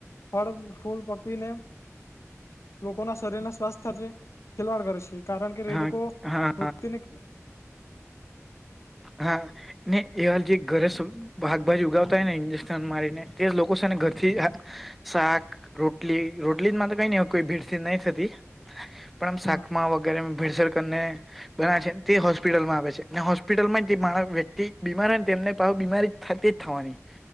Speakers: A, on the left (about 65°); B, in the centre.
A: ફળ, ફૂલ પકવીને લોકો ના શરીર ના સ્વાસ્થ્ય ખેલવાડ કરે છે કારણ કે
B: હા
A: એ લોકો
B: હા
A: મૃત્યુને
B: હા ને એવા જે ઘરે સુ ભાકભાજી ઉગાવતા હો ને ઇન્જેક્શન મારીને તે જ લોકો છે ને ઘર થી જ આ શાક, રોટલી, રોટલીમાં તો કઈ ન કોઈ ભીડથીડ નહી થતી. પણ આમ
A: હા
B: શાકમા વગેરે ભીડસર કરીને ગણા છેને તે હોસ્પિટલમાં આવે છે. અને હોસ્પિટલ માં જે માણ વ્યક્તિ બીમાર હોય ને તેમને પહુ બીમારી થટી તેજ થવાની.